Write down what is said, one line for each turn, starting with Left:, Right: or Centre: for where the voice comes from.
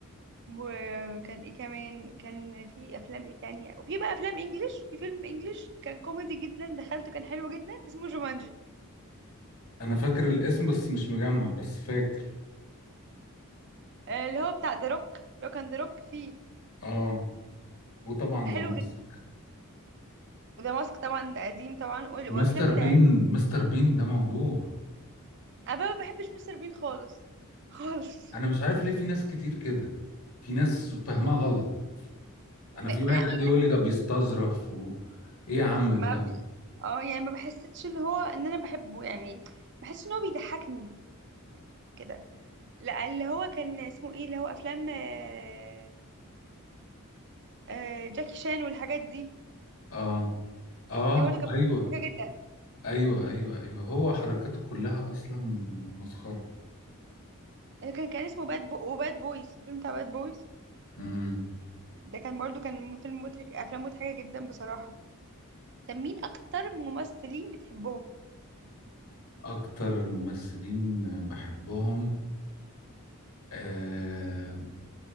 Right: وكان ايه كمان كان في افلام ايه تانية وفي بقى افلام انجليش في فيلم انجليش كان كوميدي جدا دخلته كان حلو جدا اسمه جومانجي
Left: أنا فاكر الاسم بس مش مجمع بس فاكر
Right: آه، اللي هو بتاع ذا روك لو كان ذا روك فيه
Left: اه وطبعا
Right: حلو
Left: ذا مص-
Right: جدا وذا ماسك طبعا ده قديم طبعا وال-
Left: ومستر
Right: وافلام بتاعت
Left: بين مستر بين ده موضوع
Right: انا بقى ما بحبش مستر بين خالص <laughs> خالص
Left: أنا مش عارف ليه في ناس كتير كده في ناس فاهمها غلط
Right: ما...
Left: أنا في واحد
Right: لا
Left: قاعد
Right: يعني
Left: يقول لي ده بيستظرف و... إيه يا عم
Right: ما
Left: ده
Right: ب... اه يعني ما بحسيتش ان هو ان انا بحبه يعني بحس ان هو بيضحكني كده لا اللي هو كان اسمه ايه اللي هو افلام آه، آه، جاكي شان والحاجات دي
Left: اه اه
Right: دي برضه كانت
Left: ايوه
Right: مضحكه جدا
Left: ايوه ايوه ايوه هو حركاته كلها اصلا مسخره
Right: اللي كان كان اسمه باد بو وباد بويز الفيلم بتاع باد بويز
Left: امم
Right: ده كان برضه كان فيلم مضحك افلام مضحكه جدا بصراحه طب مين اكتر ممثلين بتحبهم
Left: اكتر ممثلين بحبهم آه،